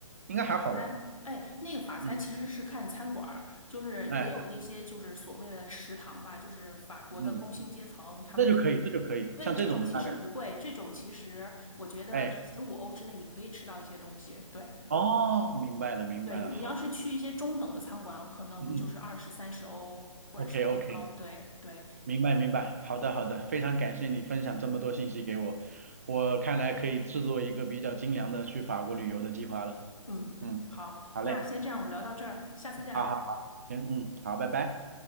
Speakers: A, on the right; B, on the left.
A: 应该还好吧？
B: 法餐，哎，那个法餐其实是看餐馆儿，
A: 嗯，
B: 就是也有那些就是所谓的食堂吧，
A: 哎，
B: 就是法国的工薪阶层他们。
A: 嗯，那就可以，这就可以，
B: 对，
A: 像这种的大概，
B: 这种其实不贵，这种其实我觉得十五欧之内你可以吃到一些东西。
A: 哎，
B: 对，
A: 哦，明白了明白了，
B: 对你要是去一些中等的餐馆，
A: 好的，
B: 可能就是二十三十欧或者是更高。
A: 嗯嗯，OK OK。
B: 对对，
A: 明白明白，好的好的，非常感谢你分享这么多信息给我，我看来可以制作一个比较精良的去法国旅游的计划了。
B: 嗯，
A: 嗯，
B: 好，
A: 好嘞，
B: 那先这样，我们聊到这儿，下次再聊。
A: 好好，行，嗯，好，拜拜。